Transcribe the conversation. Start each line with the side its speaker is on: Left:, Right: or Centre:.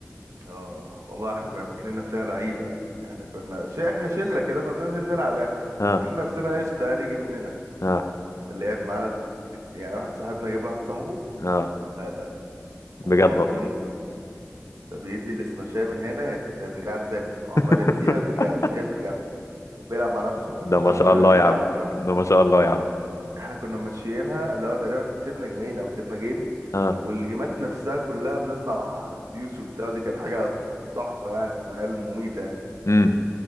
Right: اه والله احنا كنا فاكرين نفسنا لعيبه يعني احنا كنا ش... احنا شله كده فبننزل نلعب يعني
Left: اه
Right: فاكرين نفسنا قشطه يعني يجي مننا
Left: اه
Right: اللي لعب معانا اتن- ات- يعني واحد صاحبنا جاب واحد صاحبه
Left: اه
Right: لا لا لا موضوع
Left: بجد
Right: مميت
Left: والله
Right: يا اسطى ده بيدي السماشية من هنا هي بترجع له تاني هو عمال
Left: <laughs>
Right: يديها وترجع له يديها وترجع له وبيلعب مع نفسه
Left: ده
Right: يعني ما
Left: ما
Right: حدش
Left: شاء
Right: فينا
Left: الله
Right: بيساعده
Left: يا عم
Right: فاهم
Left: ده ما شاء الله يا عم
Right: احنا كنا ماشيينها اللي هو تقريبا كسبنا جيمين او كسبنا جيم
Left: اه
Right: والجيمات نفسها كلها بنطلع ديوس وبتاع ودي كان حاجة تحفة يعني العيال مميتة يعني
Left: امم